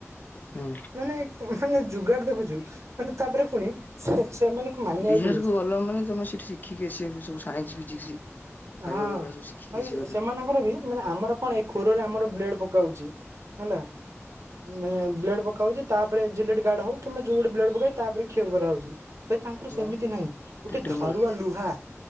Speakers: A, on the left; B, on the right.
A: ହୁଁ
B: ମାନେ ସାଙ୍ଗେ ଯୁୋଗାଡ ଦେଖୁଛୁ ମାନେ ତାପରେ ପୁଣି ସେ ସେମାନଙ୍କୁ ମାନିବାକୁ
A: ବିହାରକୁ
B: ପଡିବ
A: ଗଲ ମାନେ ତମେ ସେଠି ଶିଖିକି ଆସିବା ସବୁ ସାଇନ୍ସ ଫିଜିକ୍ସ ବାୟୋ
B: ହଁ
A: ଏଗୁଡା ସବୁ ଶିଖିକି
B: ଭାଇ
A: ଆସିବ ତମେ
B: ସେମାନଙ୍କର ବି ମାନେ ଆମର କଣ ଏ ଖରରେ ଆମର ବ୍ଲେଡ କହୁଛି। ହେଲା। ମେ ବ୍ଲେଡ ପକଉଛି ତାପରେ ଜିଲ ଗାର୍ଡ ହଉ କିମ୍ବା ଯୋଉ ପକ ତାପରେ କର କରାହାଉଛି ତାଙ୍କର
A: ହୁଁ
B: ସେମିତି ନାହିଁ ଗୋଟେ
A: ଟିଟ୍ରିମୋର
B: ଧାରୁଆ ଲୁହା